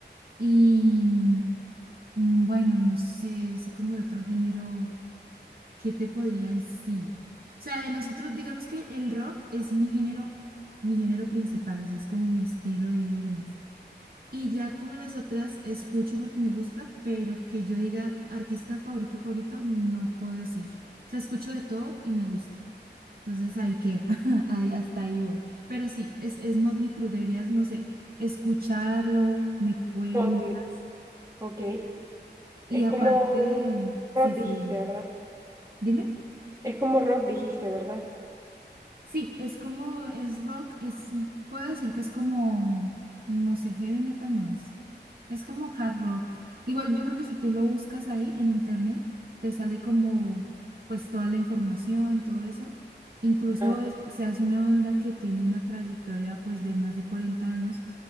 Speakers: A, on the right; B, on the right.
A: Y mm, bueno, no sé, así como de otro género. ¿Qué te podría decir? O sea, de los otros, digamos que el rock es mi género, mi género principal, o sea, es como mi estilo de vida y demás. Y ya como las otras escucho porque me gusta, pero que yo diga artista favorito, favorito, no puedo decir. O sea, escucho de todo y me gusta. Entonces ahí queda, <laughs> ahí, hasta ahí voy. Pero sí, es, es Motley Crue, deberías, no sé, escucharlo, me cuentas.
B: Motley. Ok.
A: Y
B: Es
A: aparte,
B: como
A: sí,
B: rock
A: sí,
B: dijiste, ¿verdad?
A: dime.
B: Es como rock dijiste, ¿verdad?
A: Sí, es como, es rock, es, puedo decir que es como, no sé, heavy metal no es. Es como hard rock. Igual yo creo que si tú lo buscas ahí en internet, te sale como, pues toda la información, todo eso. Incluso,
B: Ah.
A: eh, o sea, es una banda que tiene una trayectoria, pues, de más de 40 años